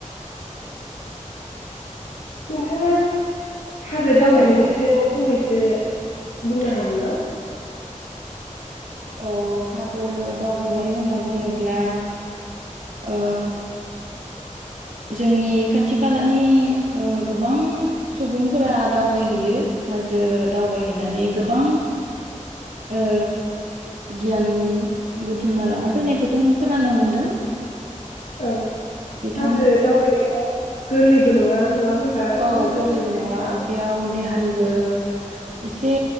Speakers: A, on the left; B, on the right.
A: नोंथाङा हाजो दावबायनायनि
B: औ
A: सायाव फंनैसो बुंनो हागोनना?
B: अ' हाजो दावबायनाय होनना बुङोब्ला ओ जोंनि खाथि खालानि ओ गोबां सुबुंफोरा दावबायहैयो हाजो दावबायहैनानै गोबां ओ गियान बुथुमना लाना फैनायखौ जों खोनानो मोनदों।
A: औ
B: बिद
A: हाजो दावबायनायाव गोरलैबो नङा नङा होमबा
B: औ
A: जोबोर
B: गोरलैबो
A: गोब्राब
B: नङा
A: जायो
B: बेयाव देहानिबो एसे